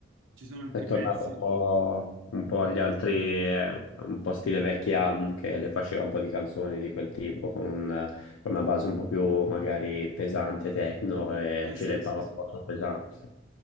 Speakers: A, on the right; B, on the left.
A: ci sono altri
B: È tornato
A: pezzi.
B: un po', un po' agli altri, eh, un po' stile vecchi album che le faceva un po' di canzoni di quel tipo, con, un- con una base un po' più magari pesante, techno, e
A: Eh
B: ci
A: sì,
B: rappava
A: sì,
B: un
A: sì.
B: po' troppo pesante.